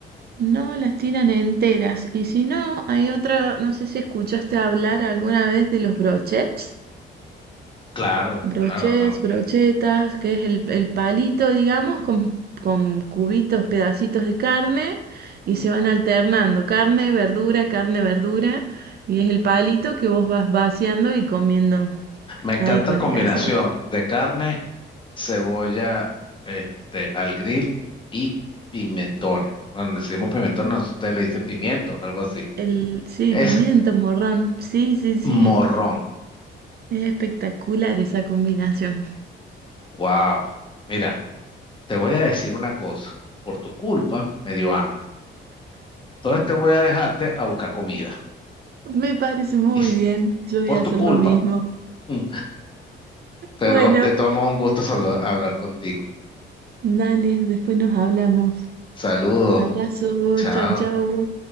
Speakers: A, on the right (about 55°); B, on the left (about 25°).
A: No las tiran enteras. Y si no, hay otra, no sé si escuchaste hablar alguna vez de los brochets.
B: Claro,
A: Brochets,
B: claro. tam-
A: brochetas, que es el, el palito, digamos, con, con cubitos, pedacitos de carne y se van alternando. Carne, verdura, carne, verdura. Y es el palito que vos vas vaciando y comiendo
B: Me encanta
A: ahí con
B: combinación
A: el asado.
B: de carne cebolla este, al grill y pimentones. Bueno, le decimos pimentones, nosotros ustedes le dicen pimientos, algo así.
A: El, sí,
B: Es
A: pimiento, morrón. Sí, sí, sí.
B: morrón.
A: Es espectacular esa combinación.
B: Wow. Mira, te voy a decir una cosa. Por tu culpa me dio hambre. Entonces te voy a dejarte a buscar comida.
A: Me parece muy
B: Y s-
A: bien. Yo voy
B: por
A: a
B: tu
A: hacer
B: culpa.
A: lo mismo.
B: <laughs> Mm. Pero
A: Bueno,
B: de todos modos, un gusto solo hablar contigo.
A: dale, después nos hablamos.
B: Saludos.
A: Abrazo,
B: Chao.
A: chau, chau.